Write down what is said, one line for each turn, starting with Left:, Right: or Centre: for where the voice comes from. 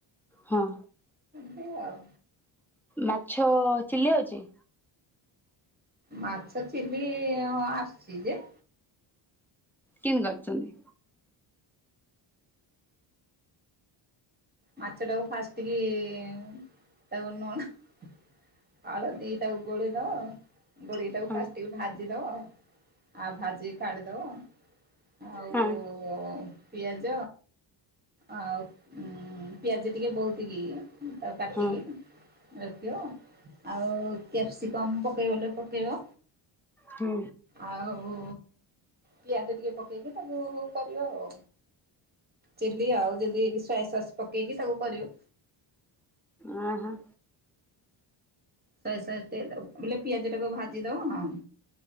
Centre: ହଁ
Right: ଚି ଆଉ।
Centre: ମାଛ ଚିଲି ଆଉଚି।
Right: ମାଛ ଚିଲି ଇ-ଇ ଆସୁଛି ଯେ
Centre: କିନ୍ କରିଛନ୍ତି?
Right: ମାଛଟା କୁ ଫାଷ୍ଟ୍ ଏତିକି ତାକୁ ନ ଆଳତି ତାକୁ ଗୋଳେଇ ଦବ ଗୋଳିକି ତାକୁ
Centre: ହଁ
Right: ଫାଷ୍ଟ୍ ଟିକେ ଭାଜି ଇ ଦବ ଆଉ ଭାଜିକି କାଢିଦବ। ଆଉ
Centre: ହଁ
Right: ଉ-ଉ-ଉ ପିଆଜ ଆଉ ଉ ପିଆଜ ଟିକେ ବହୁତି କି ତା କାଟିକି
Centre: ହଁ
Right: ରଖିବ। ଆଉ କ୍ୟାପ୍ସିକମ୍ ପକେଇବଲେ ପକେଇବ
Centre: ହୁଁ
Right: ଆଉ ପିଆଜ ଟିକେ ପକେଇକି ତାକୁ କରିବ ଆଉ। ଚିଲି ଆଉ ଯଦି ପାଏ ସସ୍ ପକେଇକି ତାକୁ କରିବ।
Centre: ଆଁ ହାଁ।
Right: ସୋଏ ସସ୍ ଟିକେ ଦେବ ବୋଲେ ପିଆଜ ତାକୁ ଭାଜିଦବ।